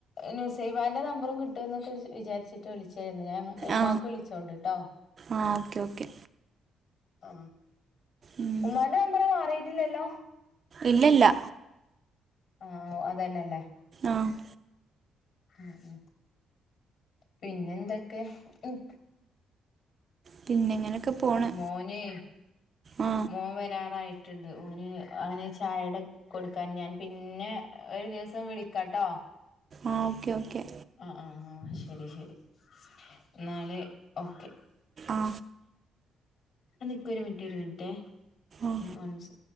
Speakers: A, on the left; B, on the right.
A: ന്യൂസ് സേവാൻ്റെ നമ്പറും കിട്ടു എന്നൊക്കെ വിചാ വിചരിച്ചിട്ട് വിളിച്ച രുന്നു ഞാൻ ഉമ്മാക്ക്
B: ആ
A: വിളിച്ചോണ്ടിട്ടോ
B: ആ ഓക്കെ ഓക്കെ
A: ആ
B: ഉം.
A: ഉമ്മാന്റെ നമ്പർ മാറിയിട്ടില്ലല്ലോ?
B: ഇല്ലല്ല.
A: ആ അതന്നെയല്ലേ.
B: ആ
A: ആഹ ഹ പിന്നെ എന്തൊക്കെ? ഉം
B: പിന്നെ ഇങ്ങനെയൊക്കെ പോണ്
A: ആഹ മോന്
B: ആ
A: മോൻ വരാറായിട്ടുണ്ട് ഓന് അവന് ചായയുടെ കൊടുക്കാൻ ഞാൻ പിന്നെ ഓ ഒരു ദിവസം വിളിക്കാട്ടോ.
B: ആ ഓക്കെ ഓക്കെ.
A: ആ ആഹ് ആഹ് ശരി ശരി എന്നാല് ഓക്കെ.
B: ആ
A: നിക്ക് ഒരു മിനിറ്റ് ഒരു മിനിറ്റ്
B: ആ
A: വൺസ്